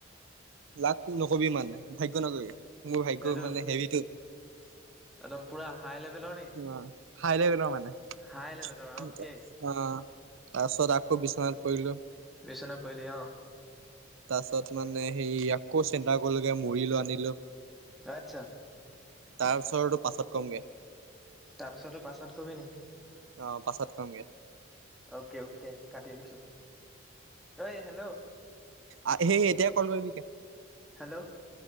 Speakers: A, on the right (about 70°); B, in the centre.
A: লাভ নকবি মানে ভাগ্য নকৰিবি মোৰ ভাগ্য
B: এইটো
A: মানে হেৰিটো
B: একদম পুৰা হাই লেভেলৰ নেকি
A: অ হাই লেভেলৰ মানে আহ
B: হাই লেভেলৰ অ'কে
A: তাৰ পিছত আকৌ বিচনাত পৰিলো
B: বিছনা পইলি‌অ
A: তাৰ পিছত মানে সেৰি আকৌ চেন্তা গলোগে মূৰি লৈ আনিলো।
B: আচ্ছা
A: তাৰ ওছৰো পাছত কমগে
B: তাৰপিছতো পাছত কবি নি
A: আহ পাছত কমগে
B: অ'কে অ'কে কাটি দিছোঁ। ঐ হেল্ল'
A: আহ সেই এতিয়া কল কৰিবি কে
B: হেল্ল'